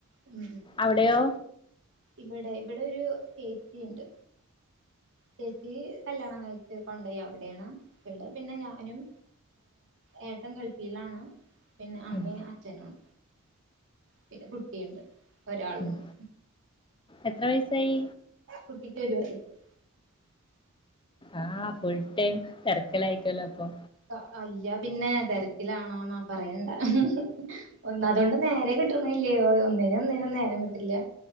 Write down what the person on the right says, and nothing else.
ഉം
ഇവിടെ ഇവിടൊരു ചേച്ചി ഉണ്ട് ചേച്ചി കല്യാണം കഴിച്ച് കൊണ്ടയ അവിടെയാണ്ള്ളത് പിന്നെ ഞാനും ഏഏട്ടൻ ഗൾഫിലാണ് പിന്നെ അമ്മയും
അച്ഛനും പിന്നെ കുട്ടിയുണ്ട് ഒരാളുണ്ട്
കുട്ടിക്ക് ഒരു വയസ്‌
ആ, അല്ല പിന്നെ തെര ക്കിലാണോന്നോ പറയണ്ട <unintelligible> ഒന്നാതുകൊണ്ട് നേരം കിട്ടണല്യോ ഒന്നിനും ഒന്നിനും നേരം കിട്ടില്ല്യ